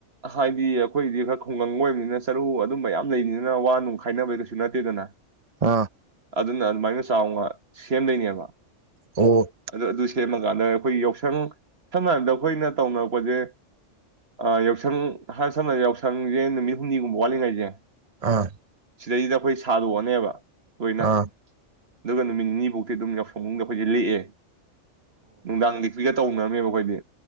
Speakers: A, on the right; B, on the right.
A: ꯍꯥꯏꯗꯤ ꯑꯩꯈꯣꯏꯗꯤ ꯈꯔ ꯈꯨꯡꯒꯪ ꯑꯣꯏꯕꯅꯤꯅ ꯆꯔꯨ ꯑꯗꯨꯝ ꯃꯌꯥꯝ ꯂꯩꯕꯅꯤꯅ ꯋꯥ ꯅꯨꯡ ꯈꯥꯏꯅꯕꯩ ꯀꯩꯁꯨ ꯅꯠꯇꯦꯗꯅ
B: ꯑꯥ
A: ꯑꯗꯨꯅ ꯑꯗꯨꯃꯥꯏꯅ ꯆꯥꯎꯅ ꯁꯦꯝꯗꯣꯏꯅꯦꯕ
B: ꯑꯣ
A: ꯑꯗꯨ ꯑꯗꯑꯣꯏꯁꯨ ꯁꯦꯝꯃ ꯀꯥꯟꯗ ꯑꯩꯈꯣꯏ ꯌꯥꯎꯁꯪ ꯁꯝꯅ ꯍꯥꯏꯔꯕꯗ ꯑꯩꯈꯣꯏꯅ ꯇꯧꯅꯔꯛꯄꯁꯦ ꯑꯥ ꯌꯥꯎꯁꯪ ꯁꯪ ꯍꯥ ꯁꯝꯅꯎ ꯁꯪꯁꯦ ꯅꯨꯃꯤꯠ ꯍꯨꯝꯅꯤꯒꯨꯝꯕ ꯋꯥꯠꯂꯤꯉꯥꯏꯁꯦ
B: ꯑꯥ
A: ꯁꯤꯗꯩꯁꯤꯗ ꯑꯩꯈꯣꯏ ꯁꯥꯗꯣꯛꯑꯅꯦꯕ ꯂꯣꯏꯅ
B: ꯑꯥ
A: ꯑꯗꯨꯒ ꯅꯨꯃꯤꯠ ꯅꯤꯐꯥꯎꯗꯤ ꯑꯗꯨꯝ ꯌꯥꯎꯁꯥꯪ ꯃꯅꯨꯡꯗ ꯑꯩꯈꯣꯏꯁꯦ ꯂꯦꯛꯑꯦ ꯅꯨꯡꯗꯥꯡ ꯂꯦꯛꯄꯤꯒ ꯇꯧꯅꯔꯝꯅꯦꯕ ꯑꯩꯈꯣꯏꯗꯤ